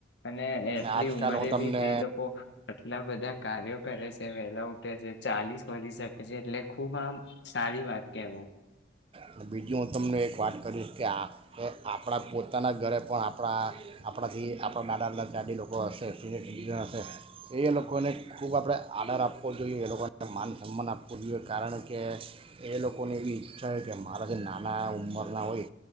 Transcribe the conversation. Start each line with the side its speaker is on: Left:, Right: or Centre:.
Left: અને એટલી
Right: આજકાલ
Left: ઉંમરે
Right: હું તમને
Left: બી તે લોકો કેટલા બધા કાર્યો કરે છે વેલા ઉઠે છે ચાલીસ વધી શકે છે એટલે ખુબ આમ સારી વાત કેવું.
Right: અને બીજી હું તમને એક વાત કરીશ કે આ એ આપણા પોતાના ઘરે પણ આપણા આપણાથી આપણા દાદા દા જાાદી લોકો હશે, સિનિયર સિટીઝન હશે એ લોકોને ખૂબ આપણે આદર આપવો જોઈએ, એ લોકોને માન સન્માન આપવો જોઈએ કારણ કે, એ લોકોને એવી ઈચ્છા છે કે મારા જે નાના ઉંમરના હોય,